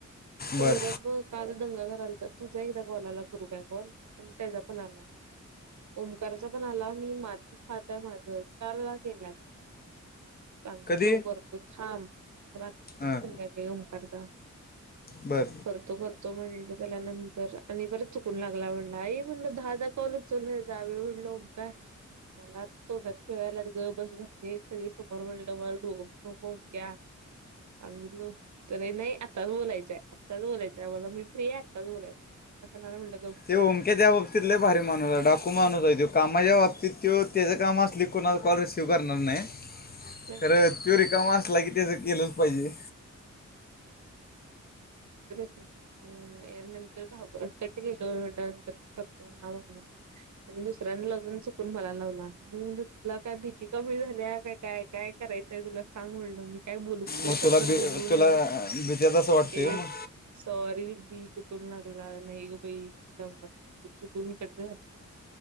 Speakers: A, on the right; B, on the left.
A: सौरभ
B: बर
A: काल दंगा करालता तुझा एकदा कॉल आला करु काय कॉल आणि त्यजापण आला. ओमकारचा पण आला मी मातीत हात हाय माझ चार ला केलाय सांगितलो
B: कधी
A: करतो थांब रात्रीच
B: हां
A: की संध्याकाळी ओंकारचा
B: बर
A: करतो करतो म्हणलं त्याला नंतर आणि परत चुकून लागला म्हणला आई म्हणल दहादा कॉलच उचलला आणि म्हणल ओंकार मला आता तोंडात शिव्या याल्यात गबस घरची हायत सगळी समोर म्हणलं माझ डोकं फिरवू नको ओंक्या सांगितलो तरी नाही आत्ताच बोलायचाय आत्ताच बोलायचाय मला मी फ्री आहे आत्ताच बोलायचाय मार खाणार म्हणलं
B: ते ओमक्या त्या बाबतीत लइ भारी माणूस आहे, डाकू माणूस आहे, तो कामाच्या बाबतीत त्यो तेज काम अस ल की कुणाचं कॉल रिसिव्ह करणार नाही
A: नाही
B: खरं त्यो रिका मा असला की त्याचं केलंच पाहिजे
A: म् नंतर घाबर कट केलो म्हणल नंतर करतो मग हा म्हणला आणि दुसऱ्याना लावय जाऊन चुकून मला लावला मी म्हणलं तुला काय भीती कमी झाल्या का? काय काय काय करायचाय तुला सांग म्हणलं मी काय बोलू? कुठल्या
B: मग
A: शब्दात
B: तुला बी
A: बोलू? म्हणलं.
B: तुला
A: ल
B: भीत्यात असं वाटतंय
A: ते
B: मग
A: सॉरी बी चुकून लागला नाही ग बाई मी लावणार नव्हतो चुकून कट झाला.